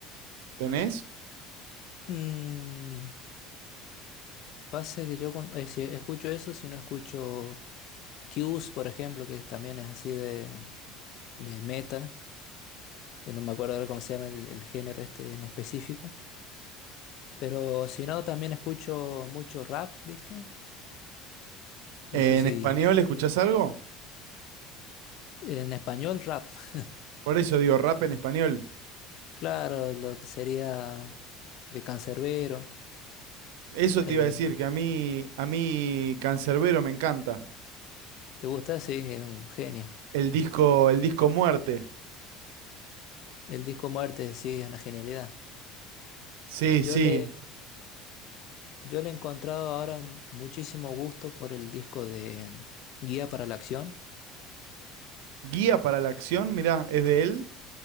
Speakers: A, on the right; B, on the left.
A: ¿tenés?
B: Mm, pasa que yo cuando, eh, si escucho eso, si no escucho Q's, por ejemplo, que también es así de, de metal, que no me acuerdo ahora cómo se llama el, el género este en específico. Pero si no, también escucho mucho rap, ¿viste? No
A: ¿En
B: sé si
A: español escuchás algo?
B: en español rap. <laughs>
A: Por eso digo rap en español.
B: Claro, lo que sería de Cancerbero
A: Eso
B: eh,
A: te iba a decir, que a mí, a mí Cancerbero me encanta.
B: ¿Te gusta? Sí, es un genio.
A: El disco, el disco Muerte.
B: El disco Muerte, sí, es una genialidad.
A: Sí,
B: Yo
A: sí.
B: le, yo le he encontrado ahora m- muchísimo gusto por el disco de mm, Guía para la Acción.
A: Guía para la acción, mirá, es de él.